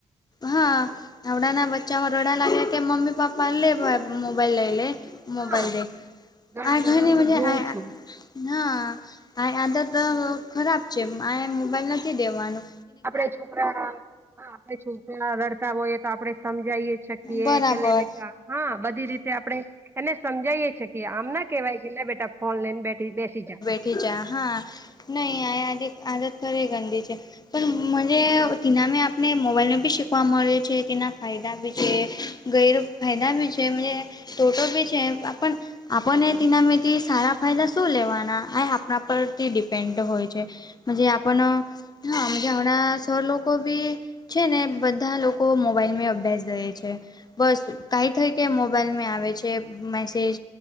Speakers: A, on the left; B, on the right.
A: હા હડા ના બચ્ચા માં રડા લાગ્યા કે મમ્મી પપ્પા લે મોબાઈલ લઈ લે મ મોબાઈલ
B: હા
A: દે
B: ઘણા
A: આ
B: જણાને
A: ઘણીની મજ
B: હું જોઉં
A: આ
B: છું
A: ના આ આદત ખરાબ છે આ મોબાઈલ નથી દેવાનું.
B: આપણે છોકરા આપણે છોકરા રડતા હોઈએ તો આપડે સમજાઈએ શકીએ
A: બરાબર
B: કે બેટા હા બધી રીતે આપડણે એને સમજાયએ છીએ આમ ના કેહેવાય કે લ બેટા ફોન લઈને બેઠ બેસી જા
A: ટી જા હા નહીં આ આદ આદત કરે ગંધીજે પણ મને તિનામે આપને મોબાઈલને બી શીખવા મળે છે તેના ફાયદા બી છે. ગેરફાયદા ભી છેજ ટોટો ભી છે પણ આપણને તેનામેિતથી સારા ફાયદા શું લેવાના આ આપણા પરથી ડિપેન્ડ હોય છે. જેજ આપ હાજ હણા સૌ લોકોકો બી છે ને બધા લોકો મોબાઈલમાં અભ્યાસ દે છે. બસ કાઈ થઈ કે મોબાઈલમાં આવે છે મેસેજ